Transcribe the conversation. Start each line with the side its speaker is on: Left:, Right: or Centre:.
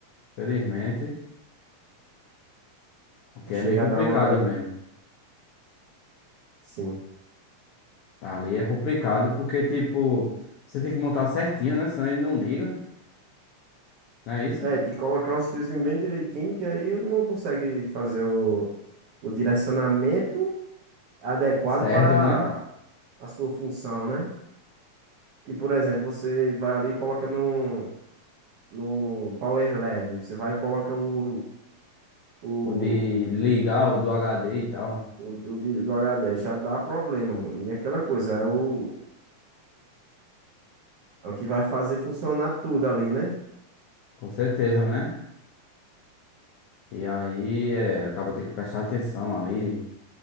Left: Felizmente. Porque
Right: Chega
Left: é meio complicado
Right: a dar uma.
Left: mesmo.
Right: Sim.
Left: Ali é complicado porque, tipo, você tem que montar certinho, né? Senão ele não liga. Não é isso?
Right: É, tem que colocar os fiozinhos bem direitinho, que aí ele não consegue fazer o, o direcionamento adequado
Left: Certo,
Right: para
Left: né?
Right: a sua função, né? Que, por exemplo, você vai ali e coloca no, no Power LED, você vai e coloca o, o,
Left: O de ligar o do HD e tal.
Right: o, o de- do HD, aí já dá problema, mano. E aquela coisa, é o, é o que vai fazer funcionar tudo ali, né?
Left: Com certeza, né? E aí, é, acaba ter que prestar atenção ali.